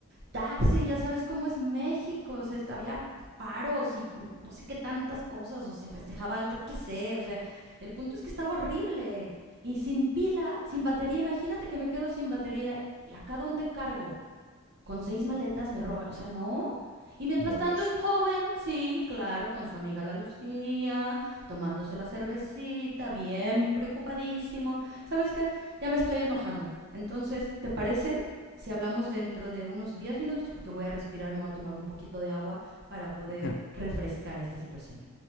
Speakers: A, on the right; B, on the left.
A: taxi, ya sabes cómo es México, o sea, es- había paros y no sé qué tantas cosas, o si se festejaba algo, yo qué sé, o sea, el punto es que estaba horrible y sin pila, sin batería, imagínate que me quedo sin batería y acá dónde cargo. Con seis maletas me roban. O sea, no. Y mientras
B: Bueno,
A: tanto
B: los...
A: el joven, sí, claro, con su amiga la Lucía, tomándose la cervecita, bien preocupadísimo. ¿Sabes qué? Ya me estoy enojando. Entonces, ¿te parece si hablamos dentro de unos 10 minutos? Porque voy a respirar, me voy a tomar un poquito de agua para poder
B: <laughs>
A: refrescar esta situación.